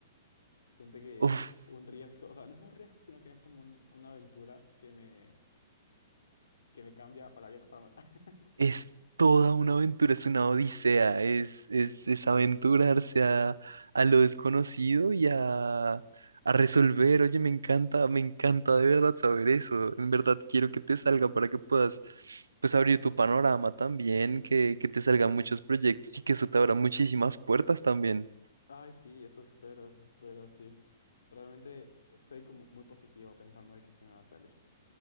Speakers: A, on the left; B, on the right.
A: siento que
B: Uf,
A: es un riesgo, o sea, no es un riesgo, sino que es como un- una aventura que me, que me cambia para bien o para mal. <laughs>
B: Es toda una aventura, es una odisea, es, es, es aventurarse a, a lo desconocido y a, a resolver. Oye, me encanta, me encanta de verdad saber eso. En verdad quiero que te salga para que puedas pues abrir tu panorama también, que, que te salgan muchos proyectos y que eso te abra muchísimas puertas también.
A: Ay, sí, eso espero, eso espero, sí. Realmente estoy como muy positivo pensando de que sí me va a salir.